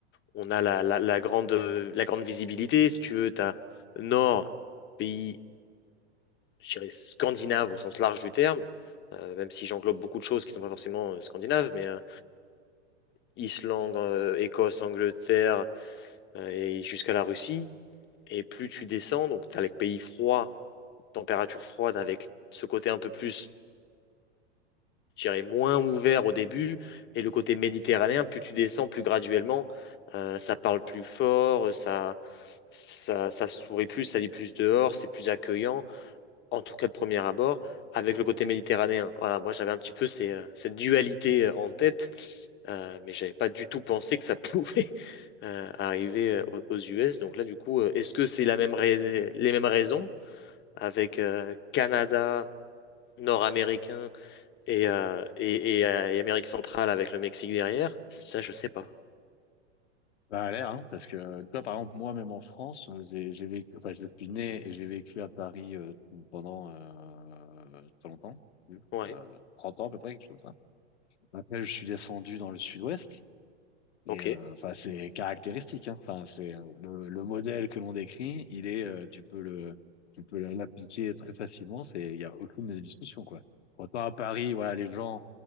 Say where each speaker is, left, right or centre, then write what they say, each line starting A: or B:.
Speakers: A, on the left; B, on the left.
A: on a la, la- la grande, euh, la grande visibilité, si tu veux, t'as nord, pays... je dirais, scandinaves au sens large du terme, euh, même si j'englobe beaucoup de choses qui ne sont pas forcément euh, scandinaves, mais euh, Islande, euh, Écosse, Angleterre euh, et jusqu'à la Russie. Et plus tu descends, donc tu as les pays froids, température froide, avec ce côté un peu plus, je dirais, moins ouvert au début, et le côté méditerranéen, plus tu descends, plus graduellement, euh, ça parle plus fort, ça, ça, ça sourit plus, ça lit plus dehors, c'est plus accueillant. en tout cas de premier abord, avec le côté méditerranéen. Voilà, moi j'avais un petit peu ces, euh, cette dualité euh, en tête, euh, mais j'avais pas du tout pensé que ça <laughs> pouvait euh, arriver euh, aux aux US. Donc là, du coup, euh, est-ce que c'est la même rais- les mêmes raisons avec euh, Canada, Nord-Américain et, euh, et, et, euh, et Amérique centrale avec le Mexique derrière? Ça, je sais pas.
B: Ça a l'air, hein, parce que toi, par exemple, moi, même en France, euh, j'ai j'ai vécu, enfin, je suis né et j'ai vécu à Paris euh, pendant euh, très longtemps,
A: Ouais,
B: euh, 30 ans à peu près, quelque chose comme ça. Après, je suis descendu dans le sud-ouest et
A: ok,
B: euh, enfin, c'est caractéristique, hein. Enfin, c'est euh, le, le modèle que l'on décrit, il est, euh, tu peux le, tu peux l'appliquer très facilement. C'est, il y a aucune discussion, quoi. Autant à Paris, voilà, les gens